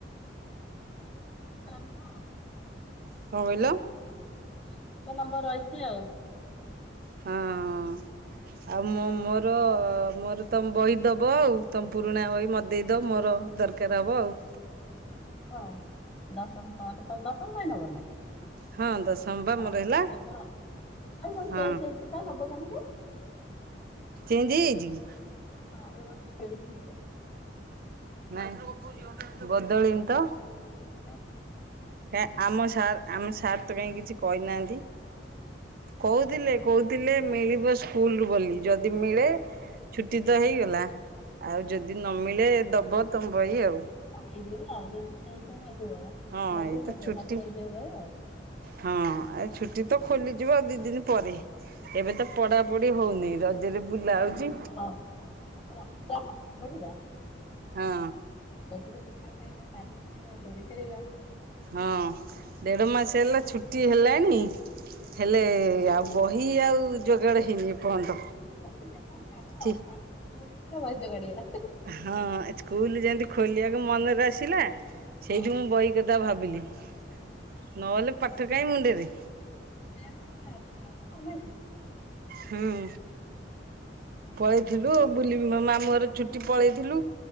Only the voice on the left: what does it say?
କିଛି ଭଲ ନୁକା କିଛି ଖରାପ ନୁହ ଆଉ।
ମୁଁ କହିଲି ଭଲ ନମ୍ବର ରହିଛି ଆଉ।
ହଁ ନବ ଦଶମ ପା ଦଶମ ପାଇଁ ନବ ନା।
ହଁ
ନେବ ଦଶମ ବହି
ଚେଞ୍ଜ ହେଇଚି ପା ନବ କେମିତି।
ବ୍ୟବସ୍ଥା ଚେଞ୍ଜ ହେଇଚି।
ହଁ।
ନେଇଯିବ ଆଉ ଯଦି ଚେଞ୍ଜ ହେଇନ ନଥିବ
ବଦଳି
ନଥିବ
ତାହେଲେ ନେଇଯିବ ଫେରେ।
ହଁଁ
ପିବା ଖାଇବା ପାନ
ଖାଇବା ଦଳି ଖେଳିବା
ବୁଲିବା
ବସଟା କଣ କାମ
ପା ଭଜୋଗାଡ଼ିଆ
ହଁ ଆଉ
ଆପ ପା ପା